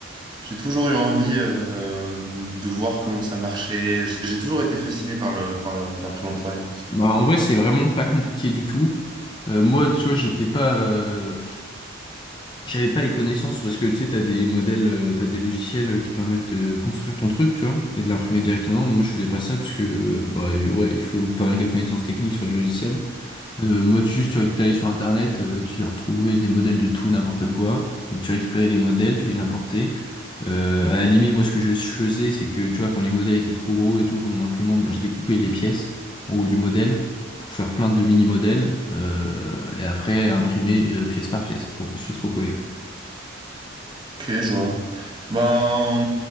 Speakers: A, on the right; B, on the left.
A: j'ai toujours eu envie euh, de voir comment ça marchait. J'ai toujours été fasciné par le par le- l'imprimante 3D.
B: Bah, en vrai, c'est vraiment pas compliqué du tout. Euh, moi, tu vois, j'étais pas, euh, j'avais pas les connaissances parce que tu sais, t'as des modèles, euh, t'as des logiciels euh, qui te permettent de construire ton truc, tu vois, et de l'imprimer directement. Mais moi, je faisais pas ça parce que, euh, bah, ouais, il faut pas mal de connaissances techniques sur les logiciels. Euh, Motus, tu allé sur Internet, euh, tu y retrouvais des modèles de tout et n'importe quoi. Donc tu récupérais les modèles, tu les importais. Euh, à la limite, moi ce que je faisais, c'est que tu vois, quand les modèles étaient trop gros et tout pour mon imprimante, bah, je découpais les pièces en haut du modèle pour faire plein de mini-modèles euh, et après imprimer euh, pièce par pièce pour ensuite recoller, quoi.
A: Ok, je vois. Ben,